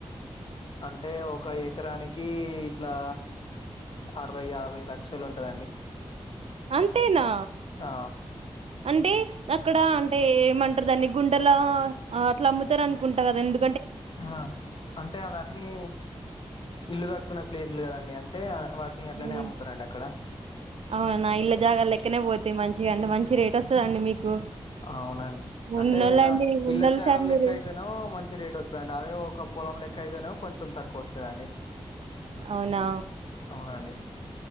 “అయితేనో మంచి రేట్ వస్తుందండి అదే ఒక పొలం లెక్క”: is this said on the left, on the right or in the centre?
Left